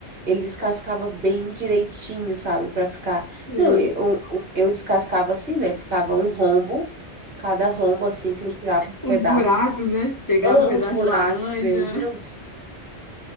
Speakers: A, on the right; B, on the left.
A: Ele descascava bem direitinho, sabe? Pra ficar.
B: Sei.
A: Não, eu, eu descascava assim, né? Ficava um rombo, cada rombo assim que eu tirava os pedaços.
B: Os buracos, né? Pegava
A: Ah,
B: um pedaço
A: os buracos,
B: de laranja.
A: meu Deus.